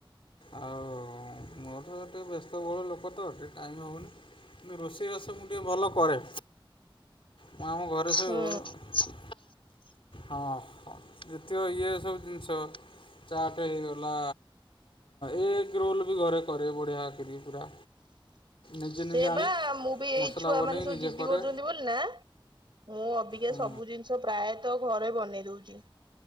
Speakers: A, on the left; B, on the right.
A: ଆଉ ହୁଁ ମୋର ଏତେ ବ୍ୟସ୍ତ ବୋହଳ ଲୋକ ତ ଟିକେ ଟାଇମ୍ ହେବନି, କିନ୍ତୁ ରୋଷେଇବାସ ମୁଁ ଟିକି ଭଲ କରେ। ମୁଁ ଆମ ଘରେ ସବୁ,
B: ହୁଁ
A: ହଁ ହ ଇଏ ସବୁ ଜିନିଷ ଚାଟ୍ ହେଇଗଲା ଏଗ଼୍ ରୋଲ୍ ବି ଘରେ କରେ ବଢିଆ କିରିି ପୁରା। ନିଜେ
B: ସିଏ
A: ନିଜେ ଆଣି
B: ବା ମୁଁ ବି ଏଇ
A: ମସଲା
B: ଛୁଆମାନେ
A: ବନେଇକି
B: ସବୁ
A: ନିଜେ
B: ଜିଦି
A: କରେ
B: କରୁଛନ୍ତି ବୋଲି ନା ମୁଁ ଅବିକା
A: ହୁଁ
B: ସବୁ ଜିନିଷ ପ୍ରାୟତଃ ଘରେ ବନେଇ ଦଉଛି।